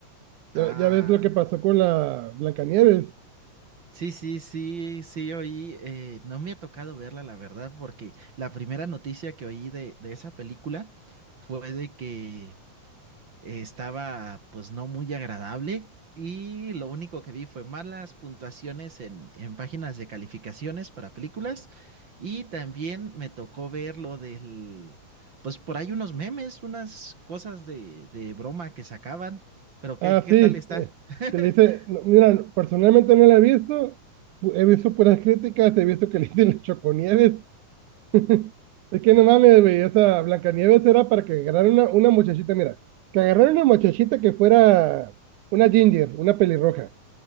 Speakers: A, on the right; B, on the right.
A: Ya,
B: ah.
A: ya ves lo que pasó con la Blancanieves.
B: Sí, sí, sí, sí, oí, eh, no me ha tocado verla, la verdad, porque la primera noticia que oí de, de esa película fue de que eh, estaba pues no muy agradable y lo único que vi fue malas puntuaciones en, en páginas de calificaciones para películas y también me tocó ver lo del, pues por ahí unos memes, unas cosas de, de broma que sacaban, pero ¿qué,
A: Ah,
B: qué
A: sí,
B: tal está?
A: eh,
B: <laughs>
A: que le dice, no, mira, personalmente no la he visto, pu- he visto puras críticas, he visto que le dicen las Choconieves. <laughs> Es que no mames, güey, esa Blancanieves era para que agarraran una, una muchachita, mira, que agarraran una muchachita que fuera una ginger, una pelirroja,